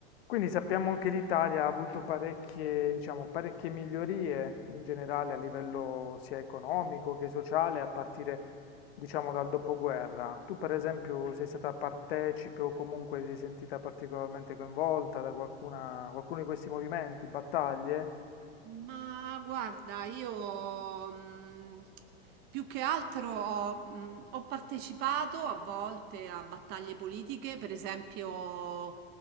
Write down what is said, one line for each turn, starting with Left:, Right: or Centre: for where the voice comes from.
Left: Quindi sappiamo che l'Italia ha avuto parecchie, diciamo, parecchie migliorie in generale a livello sia economico che sociale a partire, diciamo, dal dopoguerra. Tu, per esempio, sei stata partecipe o comunque ti sei sentita particolarmente coinvolta da qualcuna, qualcuno di questi movimenti, battaglie?
Right: Ma guarda, io mh, più che altro ho, mh, ho partecipato a volte a battaglie politiche, per esempio